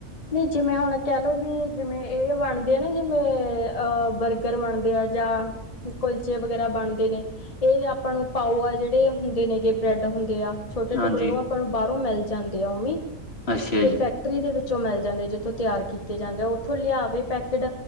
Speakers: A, on the left (about 30°); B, on the left (about 50°).
A: ਨਈ ਜਿਵੇਂ ਹੁਣ ਕਹਿ ਲੋੋ ਵੀ ਜਿਵੇਂ ਇਹ ਬਣਦੇ ਆ ਨਾ ਜਿਵੇਂ ਅ ਬਰਗ ਰ ਬਣਦੇ ਆ ਜਾਂ, ਕੁਲਚੇ ਵਗੈਰਾ ਬਣਦੇ ਨੇ ਇਹ ਆ ਆਪਾਂ ਨੂੰ ਪਾਓ ਆ ਜਿਹੜੇ ਹੁੰਦੇ ਨੇਗੇ ਬ੍ਰੈੱਡ ਹੁੰਦੇ ਆ ਛੋਟੇ
B: ਹਾਂਜੀ
A: ਟੁਕੜੇ ਓਹ ਆਪ। ਪਾਂ ਨੂੰ ਬਾਹਰੋਂ ਮਿਲ ਜਾਂਦੇ ਆ ਓ ਮੀ,
B: ਅੱਛਾ
A: ਤੇ
B: ਜੀ
A: ਫੈਕ ਟਰੀ ਦੇ ਵਿੱਚੋਂ ਮਿਲ ਜਾਂਦੇ ਜਿੱਥੋਂ ਤਿਆਰ ਕੀਤੇ ਜਾਂਦੇ ਉਥੋਂ ਲਿਆਵੇ ਪੈਕਟ।